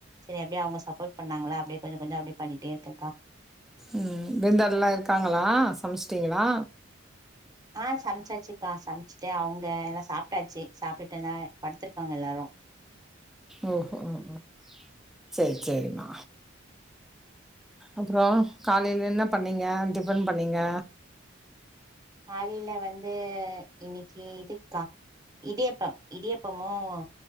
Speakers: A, on the right; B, in the centre.
A: செரி அப்டியே அவங்க சப்போர்ட் பண்ணாங்களா அப்டியே கொஞ்ச கொஞ்ச அப்டியே பண்ணிட்டே இருக்கக்கா
B: உம் விருந்தாடி எலாம் இருக்காங்களா சமச்சுட்டீங்களா
A: ஆஹ் சமச்சாச்சுக்கா சமச்சுட்டு அவங்க எலாம் சாப்பிட்டாச்சு சாப்பிட்டுட்டுந்தான் படுத்திருக்காங்க எலாரும்
B: ஓஹோ ஓ செரி செரிமா அப்பறம் காலையில என்ன பண்ணீங்க டிஃபன் பண்ணீங்க
A: ஆள் இல்ல வந்து இது இன்னக்கு இதுக்கா இதடியப்பம் இடியப்பமும்